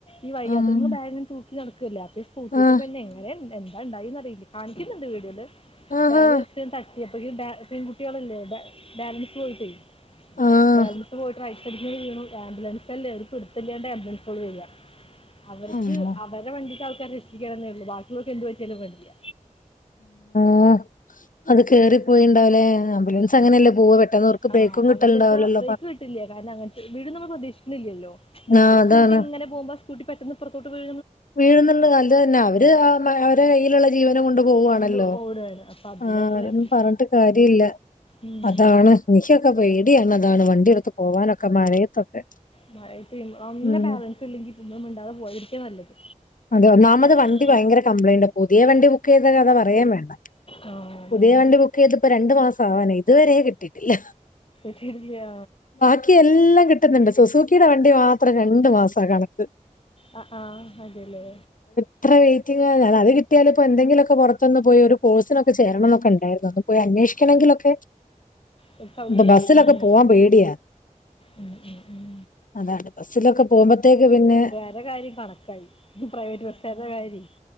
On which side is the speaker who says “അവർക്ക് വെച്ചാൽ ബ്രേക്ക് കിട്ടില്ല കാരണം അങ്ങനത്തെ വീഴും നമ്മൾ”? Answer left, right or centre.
Left